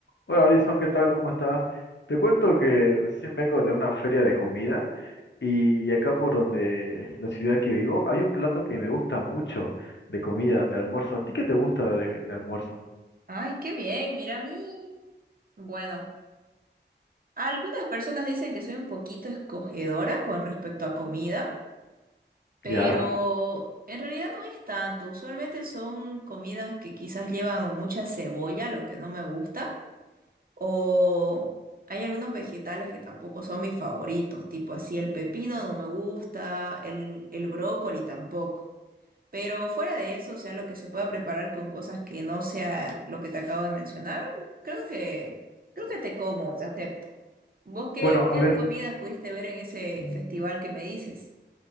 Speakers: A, on the left; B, on the right.
A: Hola Alison, ¿qué tal? ¿Cómo estás? Te cuento que recién vengo de una feria de comida y acá por donde la ciudad que vivo hay un plato que me gusta mucho de comida, de almuerzo. ¿A ti qué te gusta de, de almuerzo?
B: Ay, qué bien, mira a mí. Bueno, algunas personas dicen que soy un poquito escogedora con respecto a comida, pero
A: ¿Ya?
B: en realidad no es tanto. Usualmente son comidas que quizás llevan o mucha cebolla, lo que no me gusta, o hay algunos vegetales que tampoco son mis favoritos, tipo así el pepino no me gusta, el, el brócoli tampoco. Pero fuera de eso, o sea, lo que se pueda preparar con cosas que no sea lo que te acabo de mencionar, creo que, creo que te como, te acepto. ¿Vos qué,
A: Bueno,
B: qué
A: a ver.
B: comidas pudiste ver en ese
A: mm,
B: festival que me dices?